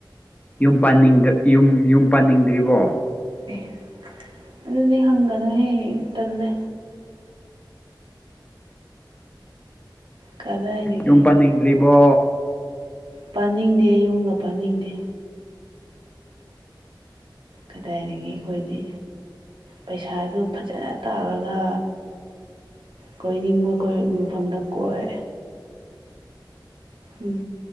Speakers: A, on the left; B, on the right.
A: ꯌꯨꯝ ꯄꯥꯟꯅꯤꯡꯗ ꯌꯨꯝ ꯌꯨꯝ ꯄꯥꯟꯅꯤꯡꯗ꯭ꯔꯤꯕꯣ?
B: ꯑꯦ ꯑꯗꯨꯗꯤ ꯍꯪꯒꯅꯨꯍꯦ ꯇꯜꯂꯦ꯫ ꯀꯗꯥꯏꯗꯒꯤ
A: ꯌꯨꯝ ꯄꯥꯟꯅꯤꯡꯗ꯭ꯔꯤꯕꯣ?
B: ꯄꯥꯅꯤꯡꯗꯦ ꯌꯨꯝꯒ ꯄꯥꯅꯤꯡꯗꯦ꯫ ꯀꯗꯥꯏꯗꯒꯤ ꯑꯩꯈꯣꯏꯗꯤ ꯄꯩꯁꯥꯗꯨ ꯐꯖꯥꯅ ꯇꯥꯜꯂꯒ ꯀꯣꯏꯅꯤꯡꯕ ꯀꯣꯏ ꯃꯐꯝꯗ ꯀꯣꯏ꯫ ꯎꯝ